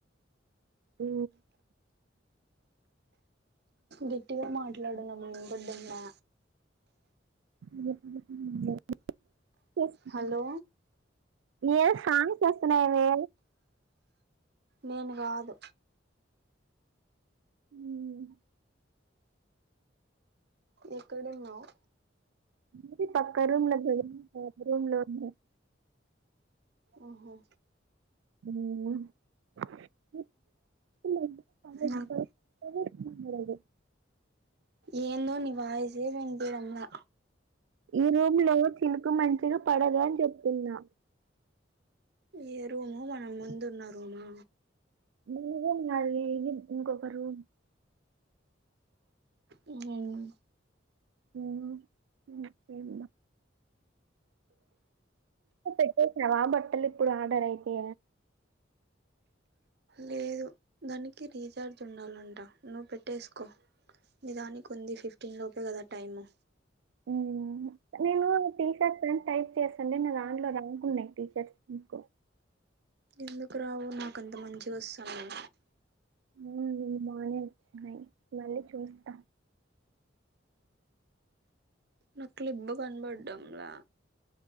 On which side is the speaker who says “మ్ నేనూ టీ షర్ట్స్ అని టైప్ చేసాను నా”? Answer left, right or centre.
Right